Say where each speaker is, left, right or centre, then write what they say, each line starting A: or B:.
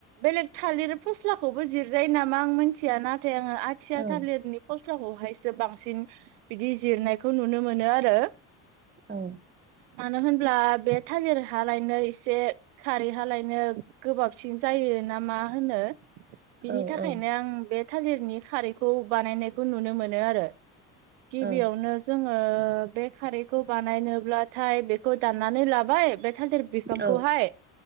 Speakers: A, on the right; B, on the right.
A: बेलेग थालिर फस्लाखौबो जिरजायो नामा आं मिथिया नाथाय आङो आ थिया
B: औ
A: थालिरनि फस्लाखौहायसो बांसिन बिदि जिरनायखौ नुनो मोनो आरो
B: औ
A: मानो होनब्ला बे थालिर हालायनो एसे खारै हालायनो गोबाबसिन जायो ना मा होनो बिनि
B: औ
A: थाखायनो
B: औ
A: आं बे थालिरनि खारैखौ बानायनायखौ नुनो मोनो आरो गिबियावनो
B: औ
A: जोङो बे खारैखौ बानायनोब्ला थाय बेखौ दाननानै लाबाय बे थालिर बिफांखौहाय
B: औ